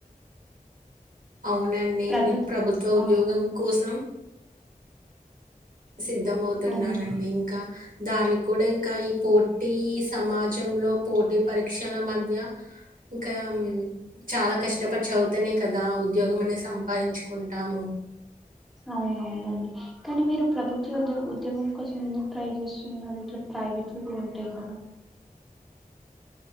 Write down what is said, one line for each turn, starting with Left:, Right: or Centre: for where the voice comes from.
Right: అవునండి
Centre: ప్రభు
Right: నే ప్రభుత్వ ఉద్యోగం
Centre: ఆహా
Right: కోసం సిద్ధమవుతున్నానండి
Centre: అవును
Right: ఇంక దానికి కూడా ఇంక ఈ పోటీ సమాజంలో పోటీ పరీక్షల మధ్య ఇంకా చాలా కష్టపడి చదువుతనే కదా ఉద్యోగం అనే సంపాదించుకుంటాము.
Centre: అవునవునండి. కానీ మీరు ప్రభుత్వ ఉద్య ఉద్యోగం కోసం ఎందుకు ట్రై చేస్తున్నారు ఇట్ల ప్రైవేట్వీ కూడ ఉంటయి కదా?